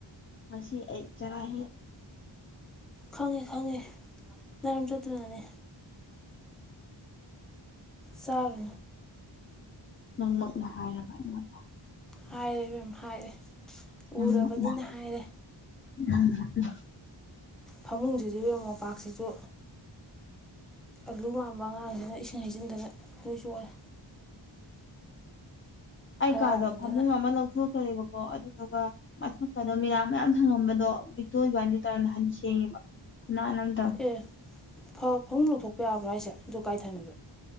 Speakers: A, on the left (about 25°); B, in the centre.
A: ꯑꯁꯤꯁꯤ ꯑꯩ ꯆꯔꯍꯤ
B: ꯈꯪꯉꯦ ꯈꯪꯉꯦ ꯏꯔꯝ ꯆꯠꯇꯨꯅꯅꯦ ꯆꯥꯎ
A: ꯅꯪꯃꯛꯅ ꯍꯥꯏꯔꯕ ꯑꯩꯉꯣꯟꯗ
B: ꯍꯥꯏꯔꯦ ꯃꯦꯝ ꯍꯥꯏꯔꯦ
A: ꯎꯝ
B: ꯎꯔꯕꯅꯤꯅ ꯍꯥꯏꯔꯦ
A: ꯎꯝ
B: ꯐꯃꯨꯡꯁꯤꯗꯤ ꯃꯣꯝꯄꯥꯛꯁꯤꯁꯨ ꯑꯂꯨ ꯃꯥꯟꯕ ꯑꯉꯥꯡꯁꯤꯅ ꯏꯁꯤꯡ ꯍꯩꯖꯤꯟꯗꯅ ꯂꯣꯏ ꯆꯣꯛꯜꯂꯦ
A: ꯑꯩ
B: ꯍꯔꯥꯎꯃꯟꯗꯅ
A: ꯀꯥꯗꯣ ꯐꯃꯨꯡ ꯑꯃ ꯂꯧꯊꯣꯛꯈ꯭ꯔꯦꯕꯀꯣ ꯑꯗꯨꯗꯨꯒ ꯃ ꯀꯩꯅꯣ ꯃꯤꯔꯥꯡ ꯃꯌꯥꯝ ꯊꯪꯉꯝꯕꯗꯣ ꯕꯤꯛꯇꯣ ꯑꯣꯏꯀꯥꯟꯗꯤ ꯇꯧꯔ ꯅꯍꯟ ꯁꯦꯡꯉꯦꯕ ꯈꯨꯟꯅꯥꯟ ꯑꯃ ꯇꯧꯔ
B: ꯑꯦ ꯐꯃꯨꯡ ꯂꯧꯊꯣꯛꯄ ꯌꯥꯕ꯭ꯔꯥ ꯍꯥꯏꯁꯦ ꯑꯗꯨ ꯀꯥꯏ ꯊꯝꯕꯤꯕꯣ